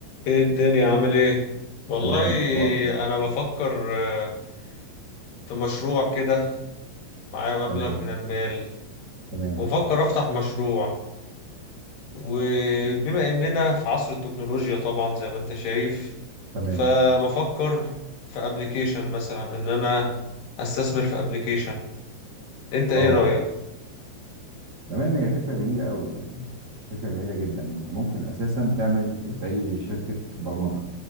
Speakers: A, on the left; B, on the right.
A: ايه الدنيا عامل ايه والله
B: تمام اخبارك
A: انا بفكر آه، في مشروع كده معايا مبلغ
B: تمام
A: من المال
B: تمام
A: وبفكر افتح مشروع وبما اننا في عصر التكنولوجيا طبعا زي ما انت شايف
B: تمام
A: فبفكر في ابلكيشن مثلا ان انا استثمر في ابلكيشن انت ايه
B: اه
A: رأيك
B: تمام هي فكره جميله قوي يعني فكره جميله جدا انت ممكن اساسا تعمل زي شركه برمجه